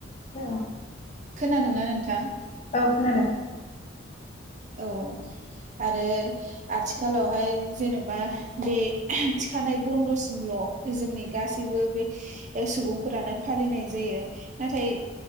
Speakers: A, on the left; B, on the right.
A: औ।
B: खोनादों ना नोंथां?
A: औ खोनादों।
B: औ। आरो आथिखालावहाय जेन'बा बे थिखानाय बन्द'सिमल' जोंनि गासैबो बे सुबुंफोरानो फालिनाय जायो नाथाय